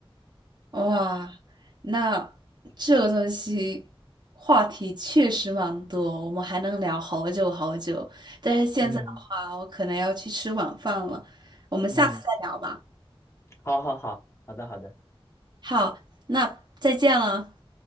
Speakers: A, on the right; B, on the left.
A: 哇，那这个东西话题确实蛮多，我们还能聊好久好久。但是现在的话，
B: 嗯
A: 我可能要去吃晚饭了，我们下次再聊吧。
B: 嗯，好好好，好的好的，
A: 好，那再见了，